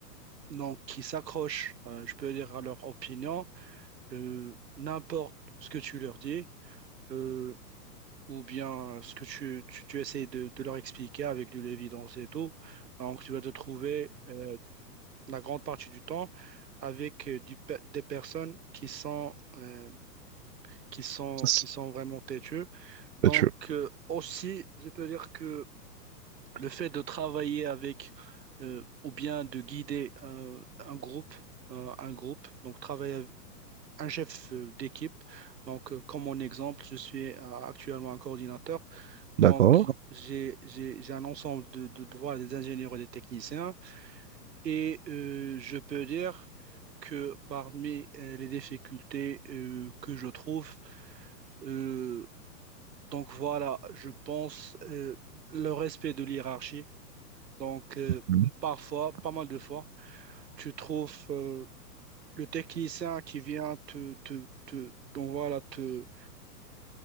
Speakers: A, on the right; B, on the right.
A: donc qui s'accrochent, euh, je peux dire, à leur opinion, euh, n'importe ce que tu leur dis. Euh, ou bien euh, ce que tu, tu, tu essayes de, de leur expliquer avec de l'évidence et tout. Donc, tu vas te trouver euh, la grande partie du temps avec euh, du pe- des personnes qui sont, euh, qui sont,
B: C'est
A: qui sont vraiment têtues. Donc,
B: sûr.
A: euh, aussi, je peux dire que le fait de travailler avec euh, ou bien de guider euh, un groupe, euh, un groupe, donc travailler un chef euh, d'équipe. Donc, euh, comme mon exemple, je suis euh, actuellement un coordinateur. Donc,
B: D'accord.
A: j'ai, j'ai, j'ai un ensemble de, de devoirs des ingénieurs et des techniciens. Et euh, je peux dire que parmi euh, les difficultés euh, que je trouve, euh, donc voilà, je pense euh, le respect de l'hiérarchie. Donc, euh,
B: Mhm.
A: parfois, pas mal de fois, tu trouves euh, le technicien qui vient te, te, te- donc voilà, te,